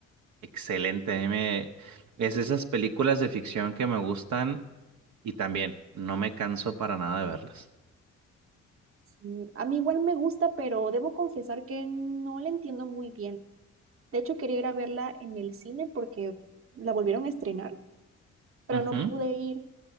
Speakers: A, on the right (about 70°); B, on the right (about 45°).
A: excelente. A mí me, es de esas películas de ficción que me gustan y también no me canso para nada de verlas.
B: Sí, a mí igual me gusta, pero debo confesar que no la entiendo muy bien. De hecho, quería ir a verla en el cine porque la volvieron a estrenar pero
A: Ujú,
B: no pude ir.